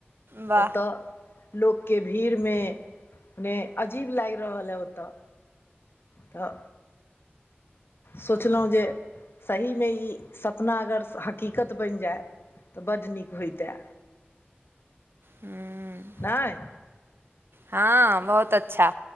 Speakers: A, on the right; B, on the left.
A: वाह
B: ओतय लोकके भीड़मेने अजीब लागि रहल अइ ओतऽ तऽ सोचलहुँ जे सहीमे ई सपना अगर हकीकत बनि जाय तऽ बड्ड नीक होइतए
A: हूँ
B: नाए
A: हँ बहुत अच्छा